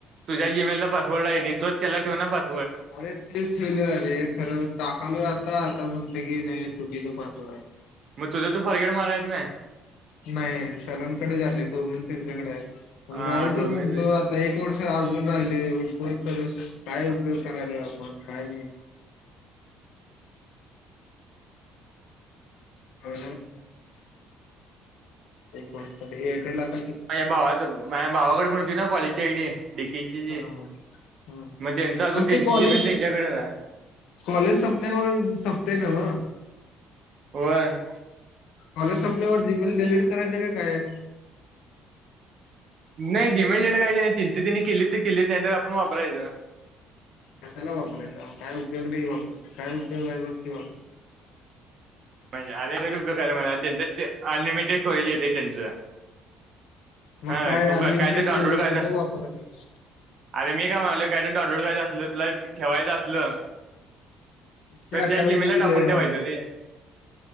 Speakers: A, on the right (about 55°); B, on the left (about 75°).
A: -तुझ्या जिमेला- पासवर्ड हायने तोच त्याला ठेवना बास-
B: अरे तेच फेले व्हालय, खरं टाकालोय आता आतापण- तेकीनी चुकीच पासवर्ड आहे.
A: मग तुझं तू फारगेट माराय येत नाय?
B: नाही सरांकड झालय डोमन त्यांच्याकड हाय पण
A: हा
B: राहु दे
A: डोमे
B: म्हटल
A: ते
B: आता एक वर्ष- खर अजून राहिलय उपयोग कर, काय उपयोग कराय नाही आपण काय नाही. <unintelligible> एक वर्ष, हे हिकडलं आता -
A: माझ्या भावाक -माझ्या भावाकड पण होती ना कॉलेजच्या आई डी, डीकेची
B: हा हा
A: मग त्यांच अजून
B: मग
A: त्यांची
B: ते कॉलेज
A: जिमेल त्यांच्याकडे आहे.
B: कॉलेज संपल्यावर संपते ना मग
A: होयं-
B: कॉलेज सपंल्यावर जिमेल डिलीट- करायच तर काय!
A: नाही जीमेल वर तेच तिने केली तर केलीत नाही तर आपण वापरायचं
B: कशाला वापरायचा काय उपयोग नाही वापर काय उपयोग आहे बग वापर
A: म्हणजे आल्यासाठी उपयोग करालाला अत्यंत अनलिमिटेड स्टोरेज येते त्यांच
B: मग
A: हा तू
B: अनलिमिटेड
A: का काय तर
B: स्टोरेज
A: डाउनलोड करायचं
B: कुठे वापरायला
A: अरे मी काय म्हणाले काय तर डाउनलोड करायचं असल तुला ठेवायचं असल
B: एकशे
A: तर
B: अठ्ठावीस
A: त्या जिमेला
B: जीबी
A: टाकून
B: लय आहे
A: ठेवायचं रे